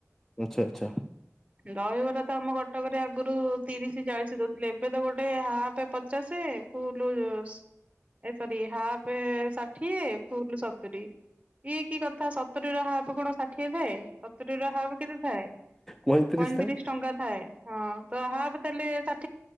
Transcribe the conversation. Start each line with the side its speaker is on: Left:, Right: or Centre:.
Centre: ଆଚ୍ଛା ଆଚ୍ଛା।
Right: ଦହିବରା ତ ଆମ କଟକରେ ଆଗରୁ ତିରିଶି ଚାଳିଶି ଦଉଥିଲେ ଏ ଏବେ ତ ଗୋଟେ ହାପ୍ ପଚାଶେ ଫୁଲ୍ ସ ଏ ସରି ହାପ୍ ଷାଠିଏ ଫୁଲ ସତୁରି ଇ କି କଥା ସତୁ ସତୁୁରୀର ହାପ୍ କଣ ଷାଠିଏ ଥାଏ ସତୁରୀ ର ହାପ୍ କେତେ ଥାଏ।
Centre: ପଇଁତିରିଶ
Right: ପଇଁତିରିଶି
Centre: ଥାଏ
Right: ଟଙ୍କା ଥାଏ ହଁ ତ ହାପ୍ ତାଲେ ଷାଠି